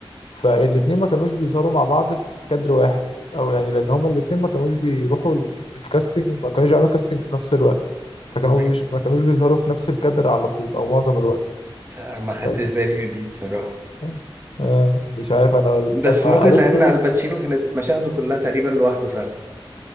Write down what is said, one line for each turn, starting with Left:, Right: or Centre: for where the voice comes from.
Left: فالاثنين ما كانوش بيظهروا مع بعض في كادر واحد او يعني لان هما الاثنين ما كانوش بيروحوا ال- الكاستنج ما كانوش يعملوا كاستنج في نفس الوقت فكانوا
Right: بس
Left: بيش ما كانوش بيظهروا في نفس الكادر على طول او معظم الوقت
Right: أنا ما خدتش
Left: فدي
Right: بالي من دي بصراحة
Left: آه آه، مش عارف انا
Right: بس
Left: لما
Right: ممكن
Left: قريت
Right: لأن
Left: كده
Right: الباتشينو كانت مشاهده كلها تقريبا لوحده فعلا